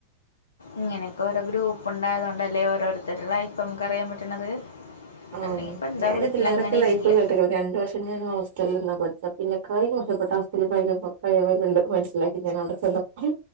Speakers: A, on the left; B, on the right.
A: ഇങ്ങനെയൊക്കെ ഓരോ ഗ്രൂപ്പ ഉണ്ടായതോണ്ടല്ലേ ഓരോരുത്തരുല്ല ഇപ്പൊ നമുക്ക് അറിയാൻ പറ്റണത്
B: ആ
A: അല്ലെങ്കിപ്പോ എന്താ
B: ഞാനൻതില്ലോരൊക്കെ
A: വീട്ടിലങ്ങനെ
B: ലൈഫ്
A: ഇരിക്കുക
B: കേട്ടിുന്നത് രണ്ട വർഷം ഞാൻ ഹോസ്റ്റലന്ന പഠിച്ച പിന്നെ കൈ മോശപ്പെട്ട അവസ്ഥയില് ഭയ കഴവലണ്ട് മനസ്സിലാക്കി ഞാൻ അവിടെ ചെന്നപ്പോ